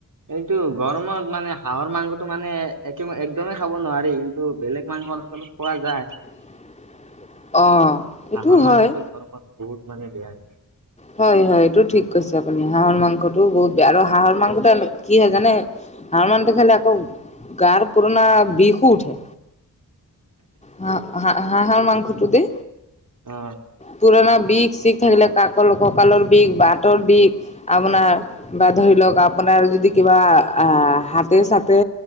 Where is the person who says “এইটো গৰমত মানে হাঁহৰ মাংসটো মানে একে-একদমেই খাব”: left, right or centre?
Right